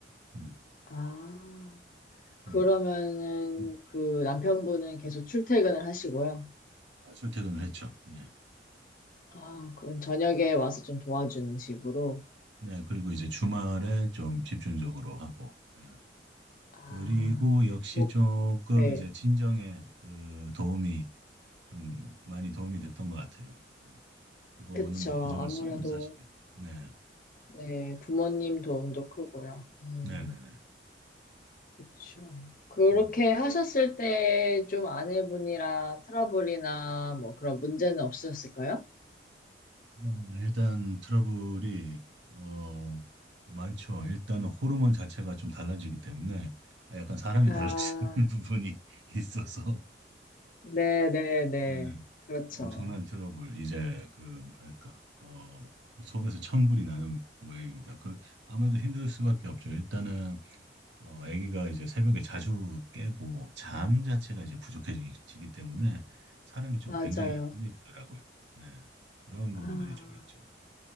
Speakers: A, on the right; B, on the left.
A: 음,
B: 아, 그러면은
A: 음. 음.
B: 그 남편분은 계속 출퇴근을 하시고요.
A: 아, 출퇴근을 했죠. 네.
B: 아, 그럼 저녁에 와서 좀 도와주는 식으로.
A: 네, 그리고 이제 주말에 좀 집중적으로 하고, 예.
B: 아,
A: 그리고 역시
B: 뭐,
A: 조금
B: 네,
A: 이제 친정에 그 도움이 좀 많이 도움이 됐던 것 같아요. 네. 그거는
B: 그쵸.
A: 뭐 부정할
B: 아무래도,
A: 수 없는 사실이고. 네,
B: 네, 부모님 도움도 크고요. 음.
A: 네, 네, 네.
B: 그쵸. 그렇게
A: 음.
B: 하셨을 때 좀 아내분이랑 트러블이나 뭐 그런 문제는 없으셨을까요?
A: 음, 일단 트러블이 어 많죠. 일단은 호르몬 자체가 좀 달라지기 때문에 아, 약간 사람이
B: 아,
A: 달라지는 <laughs> 부분이 있어서
B: 네네네.
A: 네.
B: 그렇죠.
A: 엄청난 트러블. 이제 그 뭐랄까 어 속에서 천불이 나는 모양입니다. 그 아무래도 힘들 수밖에 없죠. 일단은 어, 아기가 이제 새벽에 자주 깨고 잠 자체가 이제 부족해지기 때문에 사람이 좀
B: 맞아요.
A: 굉장히 예민해지더라고요. 네. 그런 부분들이
B: 아,
A: 좀 있죠.